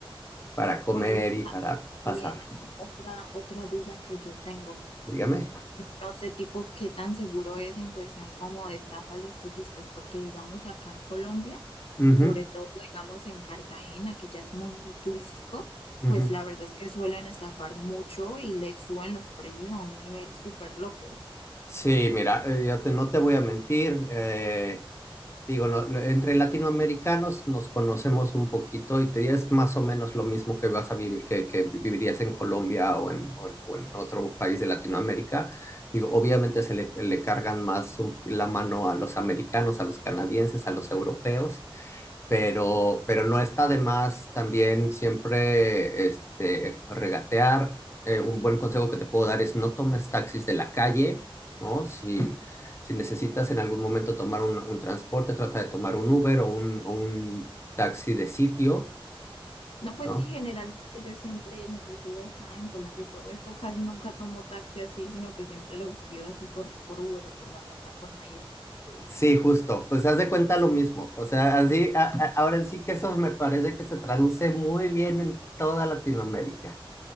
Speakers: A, on the left; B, on the left.
A: para comer
B: Oye,
A: y para pasar.
B: bien, otra, otra duda que yo tengo.
A: Dígame.
B: No sé, tipo, qué tan seguro es en cuestión como de estafa a los turistas, porque digamos acá en Colombia,
A: Ujú,
B: sobre todo digamos en Cartagena, que ya es muy, muy turístico,
A: ujú.
B: pues la verdad es que suelen estafar mucho y les suben los precios a un nivel súper loco.
A: Sí, mira, eh, yo te- no te voy a mentir, eh, digo, no- no- entre latinoamericanos nos conocemos un poquito y te es más o menos lo mismo que vas a vivi- que, que vivirías en Colombia o en, o en- o en otro país de Latinoamérica. Digo, obviamente se le, le cargan más un- la mano a los americanos, a los canadienses, a los europeos, pero, pero no está de más también siempre este, regatear. Eh, un buen consejo que te puedo dar es no tomes taxis de la calle, ¿no? Si, si necesitas en algún momento tomar un, un transporte, trata de tomar un Uber o un, o un taxi de sitio,
B: No, pues
A: ¿no?
B: sí, generalmente yo siempre, inclusive acá en Colombia y todo esto, casi nunca tomo taxi así, sino que siempre los pido así por, por Uber, por la plataforma y esto.
A: Sí, justo, pues haz de cuenta lo mismo, o sea, así, a- a- ahora sí que eso me parece que se traduce muy bien en toda Latinoamérica,